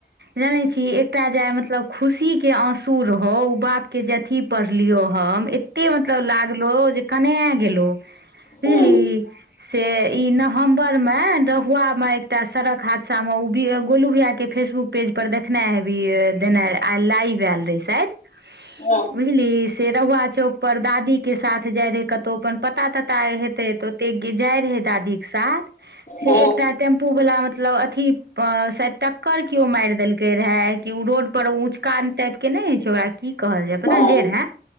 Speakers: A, on the right (about 70°); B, on the left (about 45°).
A: जानै छीही एकटा जे आइ मतलब खुशी के आँसू रहौ ओ बाप के जे अथि पढ़ लियो हम एते मतलब लागलो जे कना गेलो, बुझलही।
B: हूं
A: से इ नवंबर मे रहुआ में एकटा सड़क हादसा में गोलू भैया के फेसबुक पेज पर देखने हेबही देने आइ लाइव एयल रहै शायद।
B: हँ।
A: बुझलिही से रहुआ चौक पर दादी के साथ जाय रहे कतौ अपन पता तता हेतै तऽ ते जाइ रहै दादी के साथ से
B: हूं
A: एकटा टेम्पू वाला मतलब अथि टक्कर केओ मारि देलकै रहे कि ओ रोड पर उचकान टाइप के नहि रहै छै ओकरा कि कहल जाय पता
B: हूं
A: नै
B: हूं
A: जे रहै।